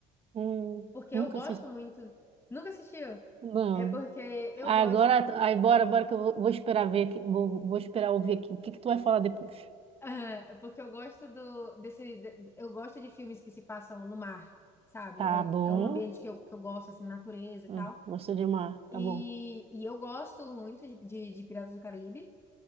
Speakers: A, on the right; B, on the left.
A: Hum,
B: porque
A: nunca
B: eu gosto
A: assisti.
B: muito. Nunca assistiu?
A: Não.
B: É porque eu
A: Agora,
B: gosto,
A: aí bora, bora que eu vou, vou esperar ver aqui, vou, vou esperar ouvir aqui o que que tu vai falar depois.
B: <laughs> é porque eu gosto do desse, de- eu gosto de filmes que se passam no mar, sabe?
A: Tá
B: É,
A: bom.
B: é um ambiente que eu, que eu gosto, assim, natureza e
A: Hum,
B: tal.
A: gostou de mar, tá
B: E,
A: bom.
B: e eu gosto muito de, de- de Piratas do Caribe.